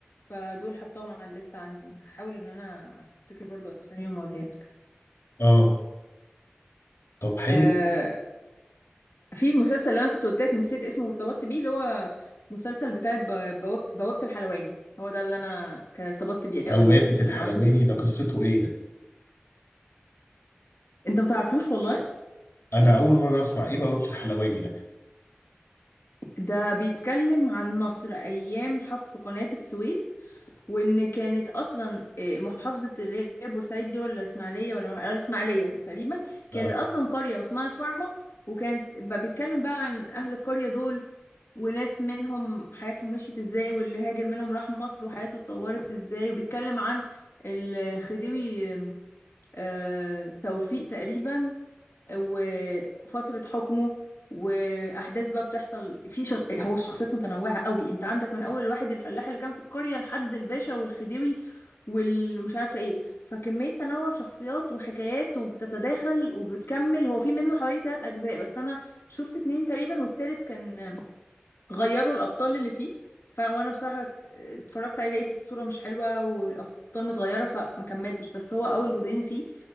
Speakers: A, on the left (about 65°); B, on the left (about 80°).
A: فدول حطاهم على الليست عندي هحاول إن أنا أفتكر برضو أساميهم وأقولها لك
B: اه طب حلو
A: آه في مسلسل اللي أنا كنت قلت لك نسيت اسمه وارتبطت بيه اللي هو مسلسل بتاع بواب بوابة الحلواني هو ده اللي أنا كان ارتبطت بيه
B: بوابة
A: قوي برضو
B: الحلواني
A: معرفش انت
B: ده قصته ايه ده
A: انت متعرفوش والله
B: انا اول مرة اسمع ايه بوابة الحلواني ده
A: ده بيتكلم عن مصر أيام حفر قناة السويس وان كانت اصلا آه، محافظه اللي هي بورسعيد دي ولا اسماعيليه ولا مع- آه، الاسماعيليه تقريبا كانت
B: آه.
A: اصلا قريه واسمها الفارمه وكانت ب- بيتكلم بقى عن اهل القريه دول وناس منهم حياتهم مشيت ازاي واللي هاجر منهم راح مصر وحياته اتطورت ازاي وبيتكلم عن الخديوي آه، توفيق تقريبا وفترة حكمه وأحداث بقى بتحصل في ش... هو الشخصيات متنوعة قوي انت عندك من أول الواحد الفلاح اللي كان في القرية لحد الباشا والخديوي والمش عارفة ايه فكمية تنوع شخصيات وحكايات وبتتداخل وبتكمل هو في منه حوالي تلات أجزاء بس أنا شفت اتنين تقريبا والتالت كان غيروا الأبطال اللي فيه ف- وانا بصراحة اتفرجت عليه لقيت الصورة مش حلوة والأبطال متغيرة فما كملتش بس هو أول جزئين فيه